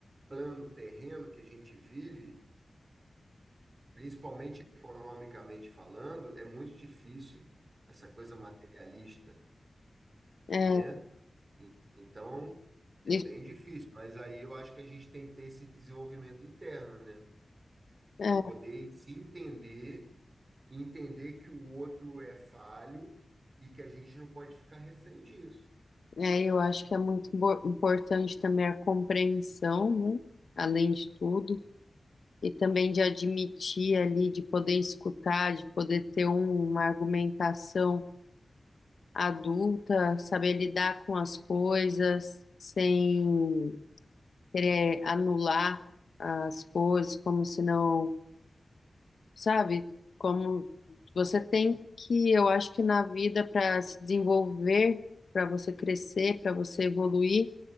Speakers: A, on the right; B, on the left.
A: plano terreno que a gente vive, principalmente economicamente falando, é muito difícil, essa coisa materialista,
B: É,
A: né? E- Então,
B: isso-
A: é bem difícil, mas aí eu acho que a gente tem que ter esse desenvolvimento interno, né?
B: é,
A: para poder se entender, e entender que o outro é falho e que a gente não pode ficar refém disso.
B: é, eu acho que é muito imbo- importante também a compreensão, né? Além de tudo, e também de admitir ali, de poder escutar, de poder ter um- uma argumentação. adulta, saber lidar com as coisas sem querer anular as coisas, como se não, sabe? Como você tem que, eu acho que na vida, para se desenvolver, para você crescer, para você evoluir,